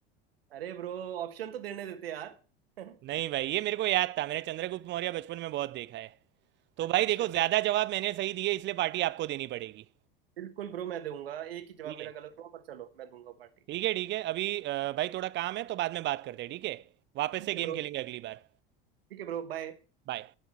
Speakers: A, on the right (about 80°); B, on the right (about 40°).
A: अरे ब्रो ऑप्शन तो देने देते यार <laughs>
B: नहीं भाई ये मेरे को याद था मैंने चंद्रगुप्त मौर्य बचपन में बहुत देखा है तो
A: अच्छा
B: भाई देखो ज्यादा जवाब मैंने सही दिए इसलिए पार्टी आपको देनी पड़ेगी
A: बिल्कुल ब्रो मैं दूंगा एक ही जवाब
B: ठीक
A: मेरा
B: है
A: गलत हुआ पर चलो मैं दूंगा पार्टी
B: ठीक है ठीक है अभी अ, भाई थोड़ा काम है तो बाद में बात करते हैं ठीक है वापस
A: ठीक
B: से
A: है
B: गेम
A: ब्रो
B: खेलेंगे अगली बार
A: ठीक है ब्रो बाय
B: बाय